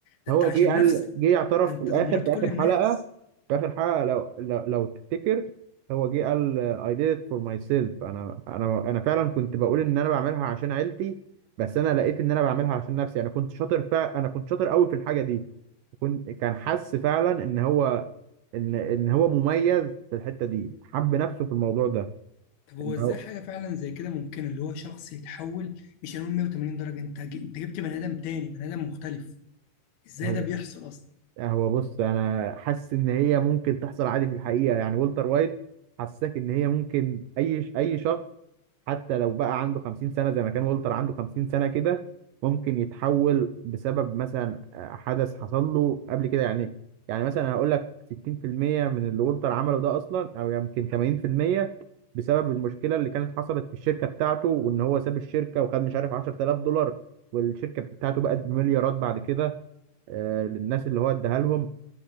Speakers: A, on the left; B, on the right.
A: ده
B: هو
A: انت عشان
B: جه قال
A: نفسك
B: جه اعترف
A: ده انت
B: في الاخر
A: دمرت
B: في
A: كل
B: اخر
A: الناس
B: حلقه في اخر حلقه لو لو, لو تفتكر هو جه قال I did it for myself انا انا انا فعلا كنت بقول ان انا بعملها عشان عيلتي بس انا لقيت ان انا بعملها عشان نفسي انا كنت شاطر فع انا كنت شاطر قوي في الحاجه دي كنت كان حس فعلا ان هو ان ان هو مميز في الحته دي حب نفسه في الموضوع ده
A: طب هو
B: ان
A: ازاي
B: هو
A: حاجه فعلا زي كده ممكن اللي هو شخص يتحول مش هنقول 180 درجه انت ج- انت جبت بني ادم تاني بني ادم مختلف ازاي
B: هو
A: ده بيحصل اصلا
B: آه، هو بص انا حاسس ان هي ممكن تحصل عادي في الحقيقه يعني والتر وايت حسسك ان هي ممكن اي اي شخص حتى لو بقى عنده 50 سنه زي ما كان والتر عنده 50 سنه كده ممكن يتحول بسبب مثلا آه، حدث حصل له قبل كده يعني يعني مثلا هقول لك 60% من اللي والتر عمله ده اصلا او يمكن 80% بسبب المشكله اللي كانت حصلت في الشركه بتاعته وان هو ساب الشركه وخد مش عارف 10000 دولار والشركه بتاعته بقت بمليارات بعد كده آه، للناس اللي هو اداها لهم